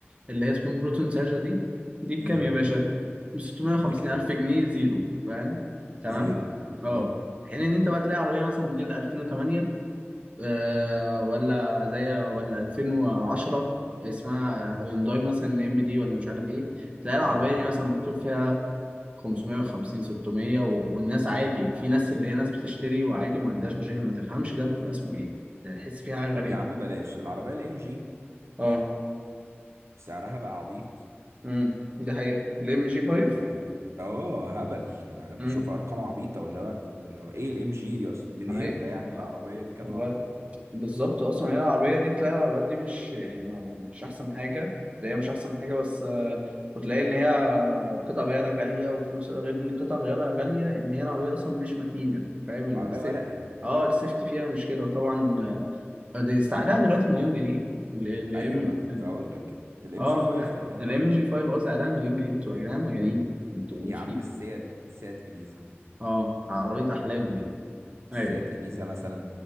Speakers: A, on the right (about 25°); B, on the right (about 85°).
A: اللي هي اسمها بروتون ساجا دي دي بكام
B: امم
A: يا باشا ب 650
B: بكام
A: الف جنيه زيرو فاهم تمام
B: زيرو
A: اه
B: امم
A: حين ان انت بقى تلاقي عربيه مثلا موديل 2008 آه ولا زي ولا 2010 اسمها هيونداي مثلا ام دي ولا مش عارف ايه تلاقي العربيه
B: امم
A: دي مثلا مطلوب فيها 550 600 و... والناس عادي وفي ناس اللي هي ناس بتشتري وعادي وما عندهاش مشاكل ما تفهمش ده بيبقى اسمه ايه تحس فيها حاجة غريبة
B: طب يا عم بلاش العربيه الام جي
A: اه
B: سعرها بقى عبيط
A: امم ده حقيقة الام جي
B: يعني
A: 5
B: ه- اه هبل يعني انا بشوف
A: امم
B: ارقام عبيطه ولا هو ولا هو ايه الام جي دي اصلا من
A: حقيقة
B: امتى يعني العربيه
A: آه.
B: دي كانت
A: والله
B: عربيه
A: بالظبط اصلا هي العربية دي تلاقي العربيات دي مش يعني ما... مش احسن حاجة تلاقيها مش احسن حاجة بس آه، وتلاقي ان هي قطع غيارها غالية وفي نفس غير ان قطع غيارها غالية ان هي العربية اصلا مش متينة فاهم
B: العربيه
A: الس...
B: ورقه
A: اه السيفتي فيها مش كده وطبعا دي سعرها دلوقتي مليون جنيه ال ال
B: ايوه
A: ام
B: ما أنا كنت هقول لك كده الام
A: اه
B: جي 5 تقريبا
A: ال ام جي 5 اه سعرها مليون جنيه انتوا يا جدعان مجانين انتوا
B: يا
A: في
B: عم السيات سيات ابيزا
A: اه عربية احلام دي
B: السيات
A: ايوه
B: ابيزا مثلا